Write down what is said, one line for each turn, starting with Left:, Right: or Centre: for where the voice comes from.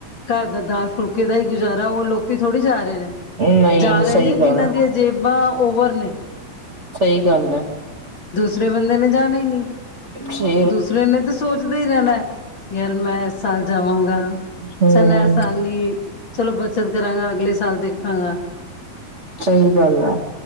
Left: ਘਰ ਦਾ ਦਾਲ-ਫੁਲਕੇ ਦਾ ਈ ਗੁਜ਼ਾਰਾ ਓਹ ਲੋਕੀ ਥੋੜ੍ਹੇ ਜਾ ਰੇ ਨੇ।
Right: ਨਹੀਂ
Left: ਜਾ
Right: ਸਹੀ
Left: ਰੇ ਨੇ
Right: ਗੱਲ
Left: ਜਿਨਾਂ ਦੀਆਂ ਜੇਬਾਂ ਔਵਰ ਨੇ।
Right: ਸਹੀ ਗੱਲ ਐ।
Left: ਦੂਸਰੇ ਬੰਦੇ ਨੇ ਜਾਣਾ ਹੀ ਨੀ।
Right: ਛੇ।
Left: ਦੂਸਰੇ ਨੇ ਤੇ ਸੋਚਦੇ ਹੀ ਰੈਣੈ, ਯਾਰ ਮੈਂ ਐਸ ਸਾਲ ਜਾਵਾਂਗਾ।
Right: ਹਮ
Left: ਚੱਲ ਐ ਸਾਲ ਨੀ, ਚਲੋ ਬੱਚਤ ਕਰਾਂਗਾ ਅਗਲੇ ਸਾਲ ਦੇਖਾਂਗਾ।
Right: ਸਹੀ ਗੱਲ ਆ।